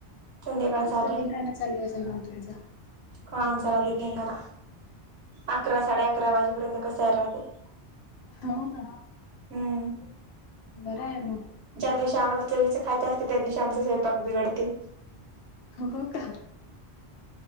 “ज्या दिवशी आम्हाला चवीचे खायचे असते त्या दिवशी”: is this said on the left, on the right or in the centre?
Right